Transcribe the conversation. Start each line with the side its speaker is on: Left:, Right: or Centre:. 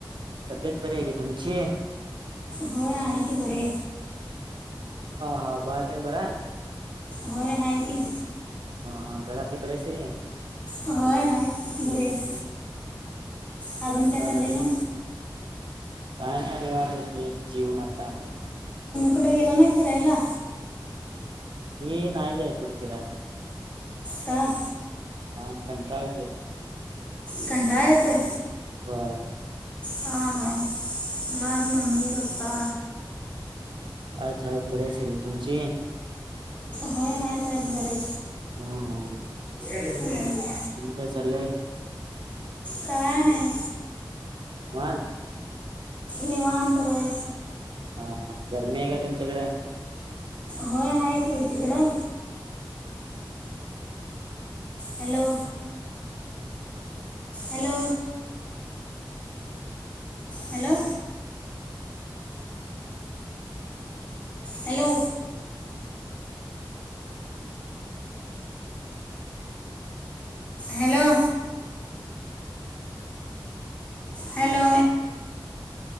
Right: तब्येत बरी आहे का तुमची?
Left: होय आहे की बरी
Right: हा बाळ तेन बरं हाय
Left: होय हाय की.
Right: हा घरातली बर आहेत सगळी.
Left: होय आहेत बरेच अजून काय
Right: मग
Left: चाललंय
Right: आणि
Left: म.
Right: काय नाही निवांत बसलोय जेवून आता
Left: कुठं गेला नाही फिरायला
Right: मी नाही जायत कुठं फिराया
Left: का?
Right: नाय कंटाळा येतोय.
Left: कंटाळा येतोय.
Right: होय
Left: हा ह म मम्मी, पप्पा.
Right: आयत हायत बरे आहेत सगळे तुमचे?
Left: होय आहेत, आहेत बरे.
Right: हा हे!
Left: ह!
Right: आनी काय चाललंय?
Left: काय नाही.
Right: निवांत?
Left: निवांनतवय
Right: हा हा! गरमी आहे का तुमच्याकडे?
Left: होय आहे की तिकडं hello! Hello hello hello! Hello! Hello!